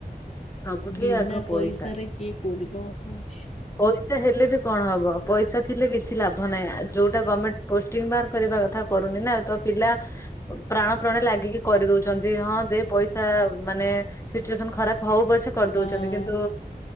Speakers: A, on the left; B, on the left.
A: ସବୁଠି
B: ବିନା
A: ଆଗ ପଇସା।
B: ପଇସାରେ କିଏ କୋଉଠି କଣ ହଉଛି।
A: ପଇସା ହେଲେ ବି କଣ ହବ ପଇସା ଥିଲେ କିଛି ଲାଭ ନାହିଁ ଆ ଯୋଉଟା ଗମେଣ୍ଟ ପୋଷ୍ଟ ଟିମ ବାହାର କରିବା କଥା କରୁନି ନା ତ ପିଲା ପ୍ରାଣ ପ୍ରଣେ ଲାଗିକି କରିଦଉଛନ୍ତି ହଁ ଦେ ପଇସା ମାନେ ସିଚୁଏସନ ଖରାପ ହଉ ପଛେ କରିଦଉଛନ୍ତି
B: ହଁ
A: କିନ୍ତୁ